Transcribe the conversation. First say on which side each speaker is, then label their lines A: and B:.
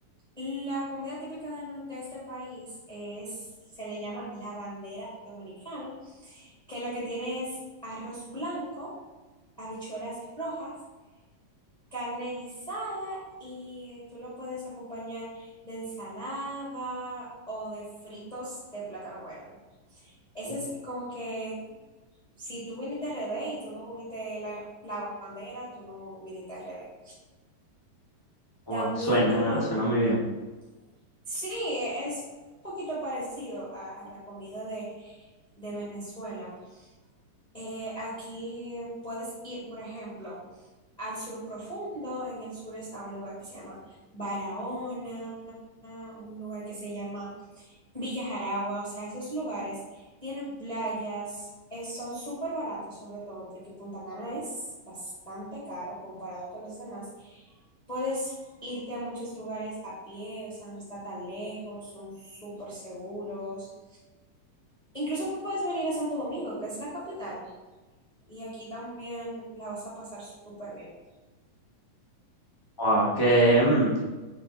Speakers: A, on the left (about 15°); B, on the left (about 35°).
A: La comida típica de, nue- de este país es, se le llama la bandera dominicana, que lo que tiene es arroz blanco, habichuelas rojas, carne guisada y tú lo puedes acompañar de ensalada o de fritos de plátano verde. Ese
B: Uf.
A: es como que si tú viniste a RD y tú no comiste la, la bandera, tú no viniste a RD.
B: Guau,
A: También,
B: suena,
A: ¿qué te digo?
B: suena muy bien.
A: Sí, es un poquito parecido a, a la comida de, de Venezuela. Eh, aquí puedes ir, por ejemplo, al sur profundo. En el sur está un lugar que se llama Barahona, un lugar que se llama Villa Jaragua, o sea, esos lugares tienen playas, es- son súper baratos sobre todo porque Punta Cana es bastante caro comparado con los demás. Puedes irte a muchos lugares a pie, o sea, no está tan lejos, son súper seguros. Incluso puedes venir a Santo Domingo, que es la capital, y aquí también la vas a pasar súper bien.
B: Guau, que, mm,